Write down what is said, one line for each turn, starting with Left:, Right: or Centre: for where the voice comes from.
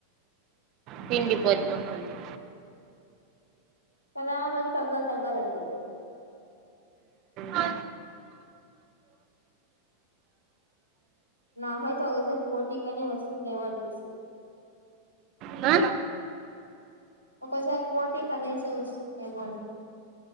Right: తిండిబోత్తు మొహం ది
Left: కదా మళ్ళీ తగ్గాల్ తగ్గాలని పీద్ది
Right: ఆ?
Left: నాకైతే ఒకోసారి పోటీకనే వస్తుందేమో అనిపిస్తుం
Right: ఆ
Left: ఒకోసారి పోటీ పనీసే వస్తుందేమో అనిపి